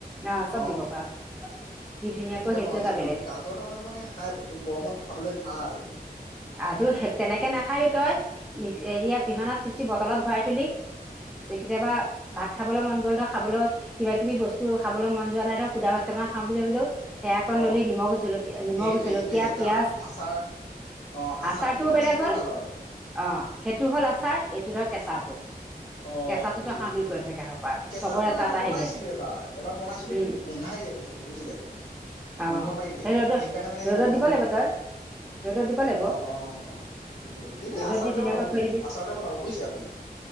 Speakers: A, in the centre; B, on the left.
A: অ চব
B: অঁ',
A: দিব পাৰ দি ধুনীয়াকৈ
B: সেইটোকে
A: সেইটো
B: বনাম
A: এটা
B: চাগৈ
A: বেলেগ
B: ৰ'ব গাজৰ টেঙাটো মানে খাই এই গৰমত খাবলৈ ভাল?
A: আ তেনেকে নাখায়ো তই এৰিয়া পিহনাত পিচি বটলত ভৰাই থৈ দি? ত কেতিয়াবা ভাত খাবলৈ মন গ'ল ন খাবলৈ? কিবা কিবি বস্তু খাবলৈ মন যোৱা নাই ধৰ সুদা ভাত কেইটামান খাওঁ বুলি ভাবিলেও? সেয়াকণ
B: অঁ
A: ললি নিমখ জলকীয়া নিমখ
B: সেইটোৱে
A: জলকীয়া
B: সেইটোৱে এতিয়া
A: পিয়াজ?
B: আচাৰ অঁ আচাৰটো
A: আচাৰটোও
B: হ'লে মানে
A: বেলেগ
B: সেইটোৱে
A: হ'ল
B: ভাল আৰু
A: অ', সেইটো হ'ল আচাৰ। তোৰ ধৰ কেঁচাটো?
B: অ
A: কেঁচাটোতো
B: বুজিলো
A: খাওঁ
B: বুজিলো
A: বুলি কয় তেনেকে খাব পাৰ
B: কেঁচাটো
A: চবৰে
B: মানে
A: এটা
B: আমাৰ
A: এটা
B: বনাইছিলো
A: হেৰি আছে
B: এবাৰ এবাৰ বনাইছিলো
A: উম
B: কিন্তু গোন্ধাই যায় বস্তুটো বুজিলে?
A: অ
B: গোন্ধ মাৰি দিয়ে
A: সেই ৰ'দত
B: সেইকাৰণে মানে
A: ৰ'দত
B: নবনুৱা
A: দিব
B: হলো
A: লাগিব তই ৰ'দত দিব লাগিব
B: অ', অ', বুজিলো কিন্তু এই
A: ৰ'দত
B: আচাৰতেৱে
A: দি ধুনীয়াকৈ
B: বনাব
A: থৈ
B: দিম
A: দিবি
B: আচাৰতেৱে বনাব বুজিছে আপুনি?